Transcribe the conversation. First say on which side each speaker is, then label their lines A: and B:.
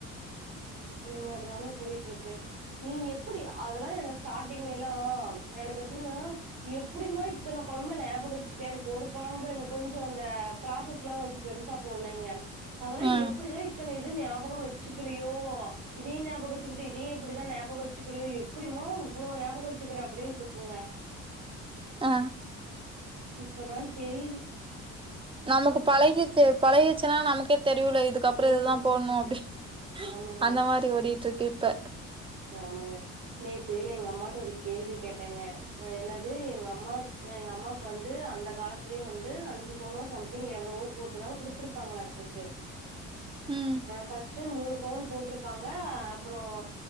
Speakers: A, on the right; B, on the right.
A: இந்த மாரிதாங்க போயிட்டிருக்கு நீ எப்டி அதெல்லா எனக்கு ஸ்டார்ட்டிங்லல்லா எனக்கு எப்டின்னா எப்டிம்மா இத்தன கொழம்ப ஞாபக வெச்சுக்கிட்ட எனக்கு ஒரு கொழம்பு இந்த கொஞ்ச இந்த ப்ராசஸ்லா கொஞ்ச பெருசா போவலங்க அதெல்லா
B: ஆ
A: எப்டிதா இத்தன இது ஞாபக வெச்சுக்கிறியோ இதயு ஞாபக வெச்சிக்கிட்டு இதையு எப்டிதா ஞாபக வெச்சிகிறியோ எப்டிம்மா இவ்ளோ ஞாபக வெச்சிகிற அப்டின்ருக்குங்க
B: ஆ
A: இப்பதா தெரிது
B: நமக்கு பழகிச்சி பழகிச்சுனா நமக்கே தெரியுல இது அதுக்குப்றோ
A: ம்.
B: இதுதா போடணு அப்டி
A: ஆமாங்க.
B: அந்த மாரி ஓடிட்டுருக்கு இப்ப
A: ஆமாங்க நேத்து எங்க அம்மாட்ட ஒரு கேள்வி கேட்டங்க என்னது எங்கம்மா எங்கம்மாக்கு வந்து அந்த காலத்திலயே வந்து அஞ்சு அஞ்சு பவுனோ சம்திங் எவ்ளவோ போட்டுதா குடுத்திருப்பாங்களாட்டுக்கு
B: ம்
A: ஃபஸ்ட் மூணு பவுன் போட்டிருக்காங்க அப்றோ